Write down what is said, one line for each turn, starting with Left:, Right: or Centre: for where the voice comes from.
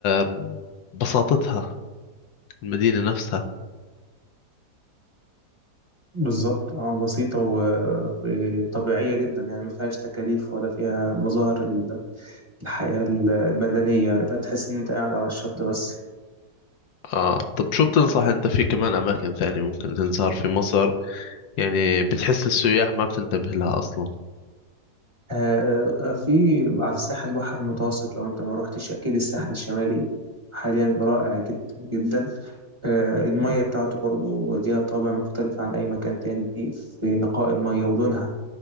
Left: آم، بساطتها المدينة نفسها
Right: بالظبط اه بسيطة و- وطبيعية جدا يعني ما فيهاش تكاليف ولا فيها مظاهر ال- الحياة المدنية لا تحس إن أنت قاعد على الشط بس
Left: آه طب شو بتنصح انت في كمان اماكن ثانية ممكن تنزار في مصر يعني بتحس السياح ما بتنتبه لها اصلا
Right: آه، آه، في على الساحل البحر المتوسط لو أنت ما روحتش أكيد الساحل الشمالي حاليا رائع جدا جدا آه، المية بتاعته برضو ليها طابع مختلف عن أي مكان تاني في نقاء المية ولونها